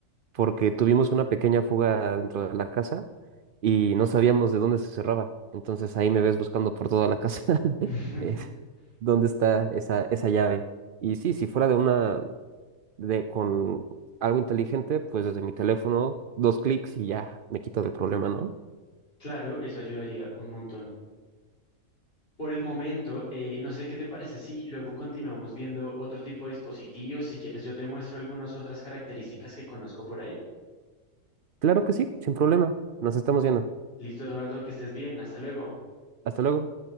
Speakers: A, on the right (about 65°); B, on the left (about 40°).
A: porque tuvimos una pequeña fuga dentro de la casa y no sabíamos de dónde se cerraba. Entonces ahí me ves buscando por toda la casa <laughs>
B: <laughs>
A: eh, dónde está esa, esa llave. Y sí, si fuera de una, de con algo inteligente, pues desde mi teléfono, dos clics y ya me quito del problema, ¿no?
B: Claro, eso ayudaría un montón. Por el momento, eh, no sé qué te parece si luego continuamos viendo otro tipo de dispositivos. Si quieres, yo te muestro algunas otras características que conozco por ahí.
A: Claro que sí, sin problema. Nos estamos viendo.
B: Listo, Eduardo, que estés bien. Hasta luego.
A: Hasta luego.